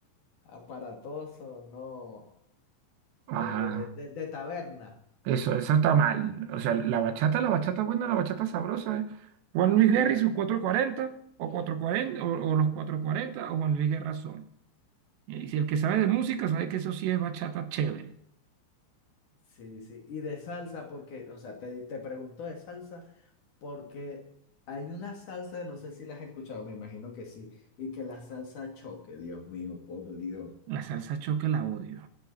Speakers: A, on the left; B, on the right.
A: aparatoso, no, de,
B: Ajá.
A: de, de, de- de taberna.
B: Eso, eso está mal. O sea, la bachata, la bachata buena, la bachata sabrosa es Juan Luis Guerra
A: La-
B: y sus cuatro cuarenta o 440, o, o los cuatro cuarenta o Juan Luis Guerra solo. Y si el que sabe de música sabe que eso sí es bachata chévere.
A: sí, sí, y de salsa, porque, o sea, te, te pregunto de salsa. Porque hay una salsa, no sé si la has escuchado, me imagino que sí, y que la salsa choque, Dios mío, por Dios.
B: La salsa choque la odio.